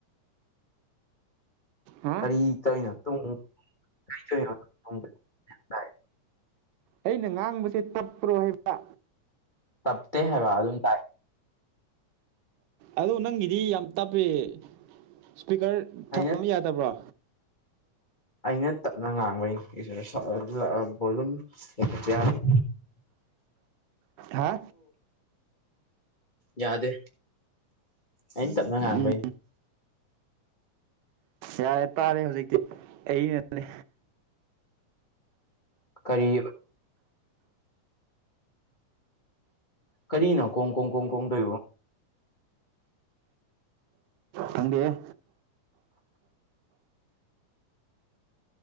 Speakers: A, on the right; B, on the left.
A: ꯍꯥ
B: ꯀꯔꯤ ꯀꯧꯅꯣ ꯇꯨꯡ ꯀꯔꯤꯅꯣ <unintelligible>
A: ꯑꯩꯅ ꯉꯥꯡꯕꯁꯦ ꯇꯞꯄ꯭ꯔꯣ ꯍꯥꯏꯕ
B: ꯇꯞꯇꯦ ꯍꯥꯏꯕ ꯑꯗꯨꯝ ꯇꯥꯏ
A: ꯑꯗꯣ ꯅꯪꯒꯤꯗꯤ ꯌꯥꯝ ꯇꯞꯄꯤ ꯏꯁꯄꯤꯀꯔ
B: ꯑꯩꯅ
A: ꯊꯝ ꯌꯥꯗꯕ꯭ꯔꯣ
B: ꯑꯩꯅ ꯇꯞꯅ ꯉꯥꯡꯕꯩꯅꯤ ꯕꯣꯂꯨꯝ ꯂꯩꯈꯠꯄ ꯌꯥꯕꯅꯤ
A: ꯍꯥ
B: ꯌꯥꯗꯦ ꯑꯩꯅ ꯇꯞꯅ ꯉꯥꯡꯕꯩꯅꯦ
A: ꯎꯝ ꯌꯥꯔꯦ ꯇꯥꯔꯦ ꯍꯧꯖꯤꯛꯇꯤ ꯑꯩꯅꯅꯦ
B: ꯀꯔꯤ ꯀꯔꯤꯅꯣ ꯀꯣꯡ ꯀꯣꯡ ꯀꯣꯡ ꯀꯣꯡ ꯇꯧꯔꯤꯕ
A: ꯊꯪꯗꯦ